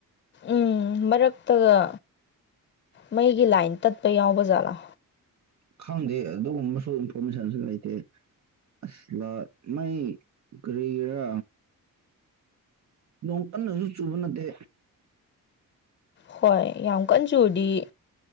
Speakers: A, on the left; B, on the right.
A: ꯎꯝ ꯃꯔꯛꯇꯒ ꯃꯩꯒꯤ ꯂꯥꯏꯟ ꯇꯠꯄ ꯌꯥꯎꯕ ꯖꯥꯠꯂꯥ
B: ꯈꯪꯗꯦ ꯑꯗꯨꯒꯨꯝꯕꯁꯨ ꯏꯟꯐꯣꯔꯃꯦꯁꯟꯁꯨ ꯂꯩꯇꯦ ꯑꯁ ꯂ ꯃꯩ ꯀꯔꯤꯔ ꯅꯣꯡ ꯀꯟꯅꯁꯨ ꯆꯨꯕ ꯅꯠꯇꯦ
A: ꯍꯣꯏ ꯌꯥꯝ ꯀꯟ ꯆꯨꯗꯤꯌꯦ